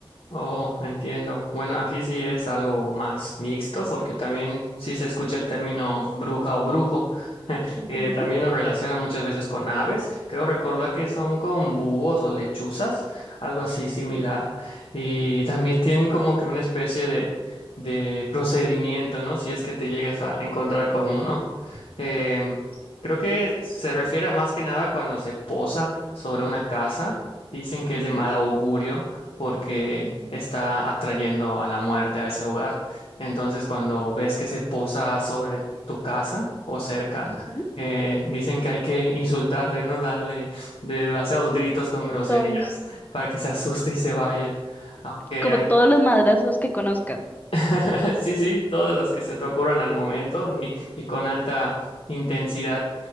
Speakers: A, on the left; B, on the left.
A: Oh, entiendo. Bueno, aquí sí es algo más mixto porque también sí se escucha el término bruja o brujo. <laughs>
B: Ujú,
A: Eh, también lo relacionan muchas veces con aves. Creo recordar que son con búhos o lechuzas, algo así similar.
B: ujú,
A: Y también tienen como que una especie de, de procedimiento, ¿no? Si es que te llegas a encontrar con uno. Em, creo que se refiere a más que nada cuando se posa sobre una casa. Dicen que
B: ujú,
A: es de mal augurio porque
B: ujú,
A: está atrayendo a la muerte a ese hogar. Entonces, cuando ves que se posa sobre tu casa o cerca,
B: ujú.
A: eh, dicen que hay que insultarle, ¿no? Darle demasiados gritos con groserías
B: Todos,
A: para que se asuste y se vaya. Aunque
B: como
A: hay
B: todos los madrazos que conozcas.
A: <laughs> Sí, sí, todos los que se te ocurran al momento y, y con alta intensidad.